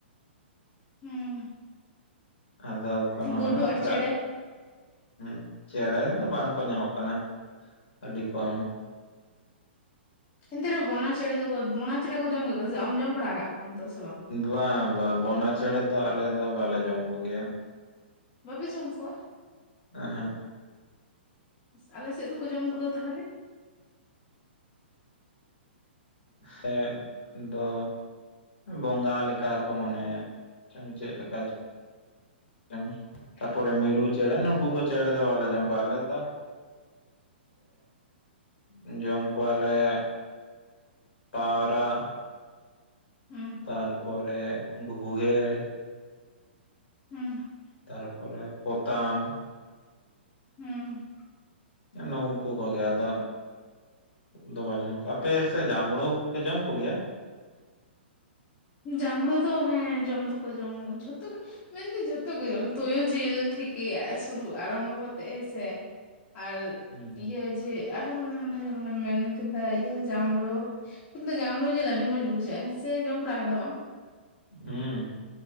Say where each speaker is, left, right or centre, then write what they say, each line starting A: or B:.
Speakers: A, on the left; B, on the left.
A: ᱦᱩᱸ
B: ᱟᱫᱚ ᱠᱚᱱᱳ
A: ᱦᱩᱸ ᱜᱩᱰᱩ ᱟᱨ
B: ᱮᱴᱟᱜ,
A: ᱪᱮᱬᱮ
B: ᱦᱩᱸ ᱪᱮᱬᱮ ᱫᱚ ᱵᱟᱝ ᱠᱚ ᱧᱟᱢᱚᱜ ᱠᱟᱱᱟ ᱟᱹᱰᱤ ᱠᱚᱢ,
A: ᱮᱱᱛᱮ ᱨᱮᱦᱚᱸ ᱵᱚᱱᱟ ᱪᱮᱬᱮ ᱫᱚᱠᱚ ᱵᱚᱱᱟ ᱪᱮᱬᱮ ᱠᱚ ᱡᱚᱢ ᱠᱮᱫ ᱠᱚᱣᱟ ᱥᱮ ᱟᱢ ᱡᱚᱢ ᱵᱟᱲᱟ ᱟᱠᱟᱫ ᱠᱚᱣᱟᱢ ᱛᱚ ᱥᱮ ᱵᱟᱝ?
B: ᱵᱟᱝ ᱵᱟ ᱵᱚᱱᱟ ᱪᱮᱬᱮ ᱫᱚ ᱟᱞᱮ ᱫᱚ ᱵᱟᱞᱮ ᱡᱚᱢ ᱠᱚᱜᱮᱭᱟ,
A: ᱵᱟᱯᱮ ᱡᱚᱢ ᱠᱚᱣᱟ?
B: ᱮᱸᱦᱮᱸᱜ,
A: ᱟᱞᱮ ᱥᱮᱫ ᱫᱚᱠᱚ ᱡᱚᱢ ᱠᱚᱫᱚ ᱛᱟᱦᱟᱞᱮ,
B: ᱦᱮᱸ ᱮᱸᱜ ᱫᱚ, ᱵᱚᱸᱜᱟ ᱞᱮᱠᱟ ᱠᱚ ᱢᱚᱱᱮᱭᱮᱜ ᱪᱮᱫ ᱞᱮᱠᱟ ᱪᱚ ᱴᱮᱝ, ᱛᱟᱯᱚᱨᱮ ᱢᱤᱨᱩ ᱪᱮᱬᱮ ᱱᱩᱠᱩ ᱠᱚ ᱪᱮᱬᱮ ᱫᱚ ᱵᱟᱞᱮ ᱡᱚᱢ ᱠᱚᱣᱟ ᱟᱞᱮ ᱫᱚ, ᱮᱸᱜ ᱡᱚᱢ ᱠᱚᱣᱟ ᱞᱮ, ᱯᱟᱸᱣᱨᱟ,
A: ᱩᱸ
B: ᱛᱟᱨᱯᱚᱨᱮ ᱩᱱᱠᱩ ᱦᱩᱭᱮᱲ,
A: ᱦᱩᱸ
B: ᱛᱟᱨᱯᱚᱨᱮ ᱯᱚᱛᱟᱢ,
A: ᱦᱩᱸ,
B: ᱱᱩᱝᱠᱩ ᱠᱚᱜᱮ ᱟᱫᱚ, ᱫᱚ ᱵᱟᱞᱮ ᱡᱚᱢ ᱠᱚᱣᱟ ᱟᱯᱮ ᱥᱮ ᱡᱟᱢᱲᱩ ᱯᱮ ᱡᱚᱢ ᱠᱚ ᱜᱮᱭᱟ?
A: ᱡᱟᱢᱲᱩ ᱫᱚ ᱦᱮᱸ ᱡᱚᱢ ᱫᱚᱠᱚ ᱡᱚᱢ ᱡᱷᱚᱛᱚ ᱜᱮ, ᱢᱮᱱᱫᱟᱹᱧ ᱡᱷᱚᱛᱚ ᱜᱮ ᱦᱩᱭᱩᱜ-ᱟ ᱛᱩᱭᱩ ᱡᱤᱞ ᱛᱷᱮᱠᱮ ᱥᱩᱨᱩ ᱟᱨᱟᱢᱵᱚ ᱠᱟᱛᱮᱜ ᱦᱮᱸ ᱥᱮ, ᱟᱨ
B: ᱦᱩᱸ
A: ᱤᱭᱟᱹ ᱡᱮ, ᱟᱨᱦᱚᱢ ᱚᱱᱮ ᱡᱮᱢᱚᱱᱮᱢ ᱢᱮᱱ ᱠᱮᱫᱟ ᱤᱭᱟᱹ ᱡᱟᱢᱲᱩ ᱠᱤᱱᱛᱩ ᱡᱟᱢᱲᱩ ᱡᱮᱞᱮ ᱟᱰᱤ ᱟᱹᱰᱤ ᱢᱚᱸᱡᱽ ᱵᱩᱡᱷᱟᱹᱜ-ᱟ ᱦᱮᱸ ᱥᱮ ᱡᱚᱢ ᱵᱟᱲᱟ ᱠᱟᱫᱟᱢ ᱟᱢ?
B: ᱦᱩᱸ